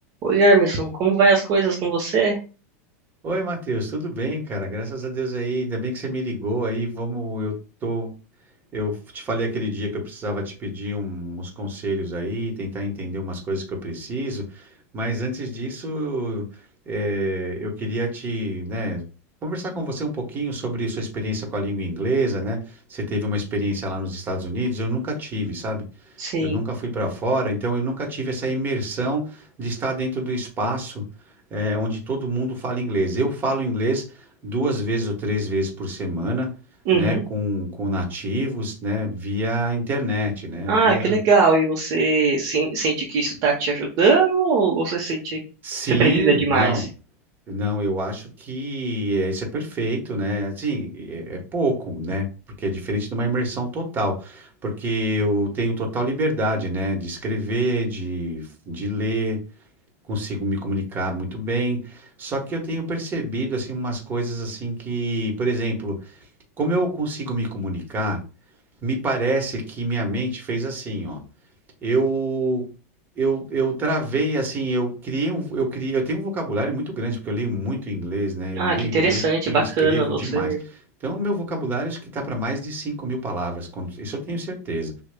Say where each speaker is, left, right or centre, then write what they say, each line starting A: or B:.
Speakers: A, on the right (about 40°); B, on the right (about 25°).
A: Oi, Emerson, como vai as coisas com você?
B: Oi, Matheus, tudo bem, cara? Graças a Deus aí, ainda bem que você me ligou aí. Vamos, eu tô, eu te falei aquele dia que eu precisava te pedir um- uns conselhos aí, tentar entender umas coisas que eu preciso. Mas antes disso, eh, eu queria te, né, conversar com você um pouquinho sobre sua experiência com a língua inglesa, né? Você teve uma experiência lá nos Estados Unidos, eu nunca tive, sabe?
A: Sim.
B: Eu nunca fui para fora, então eu nunca tive essa imersão de estar dentro do espaço, eh, onde todo mundo fala inglês. Eu falo inglês duas vezes ou três vezes por semana,
A: Uhum.
B: né, com, com nativos, né, via internet, né,
A: Ah,
B: via...
A: que legal. E você sen- sente que isso está te ajudando ou você sente que
B: Sim,
A: você precisa de mais?
B: não, não, eu acho que eh, isso é perfeito, né, assim, é, é pouco, né, porque é diferente de uma imersão total, porque eu tenho total liberdade, né, de escrever, de, de ler, consigo me comunicar muito bem. Só que eu tenho percebido assim umas coisas assim que, por exemplo, como eu consigo me comunicar, me parece que minha mente fez assim, ó. Eu eu, eu travei assim, eu criei um, eu criei, eu tenho um vocabulário muito grande porque eu leio muito inglês, né?
A: Ah,
B: Eu leio,
A: que interessante,
B: leio,
A: bacana
B: escrevo
A: você.
B: demais. Então, o meu vocabulário acho que está para mais de cinco mil palavras, quando- isso eu tenho certeza.